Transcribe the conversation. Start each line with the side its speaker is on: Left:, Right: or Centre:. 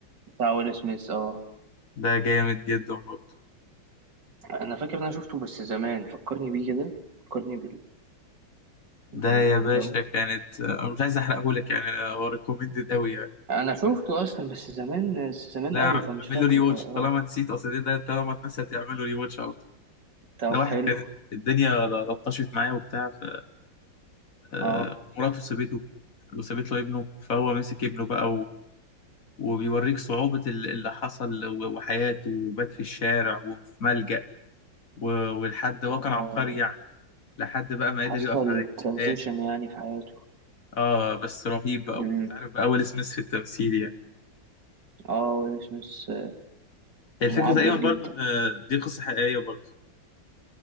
Right: بتاع ويل سميث اه
Left: ده جامد جدا برضه
Right: انا فاكر ان انا شفته بس زمان فكرني بيه كده فكرني
Left: ده
Right: بالموضوع
Left: يا باشا
Right: بتاعه
Left: كانت آه، مش عايز احرقه لك يعني آه، هو ريكومندد قوي يعني
Right: انا شفته اصلا بس زمان زمان
Left: لا
Right: قوي
Left: اعمل
Right: فمش فاكره
Left: له ري واتش
Right: ف... اه
Left: طالما نسيت اصل ده ده طالما اتنسيت اعمل له ري واتش على طول
Right: طب
Left: ده واحد
Right: حلو
Left: كان الدنيا لطشت معاه وبتاع ف- آه،
Right: اه
Left: مراته سابته وسابت له ابنه فهو مسك ابنه بقى وبيوريك صعوبة ال- اللي حصل و- وحياته وبات في الشارع وفي ملجأ و- ولحد هو
Right: اه
Left: كان عبقري يعني لحد بقى ما
Right: حصل
Left: قدر يقف على رجليه
Right: ترانزيشن
Left: تاني و...
Right: يعني في حياته
Left: اه بس رهيب بقى
Right: امم
Left: وتعرف بقى ويل سميث في التمثيل يعني
Right: اه ويل سميث
Left: هي
Right: معبر
Left: الفكرة تقريبا برضو
Right: جدا
Left: ان دي قصة حقيقية برضو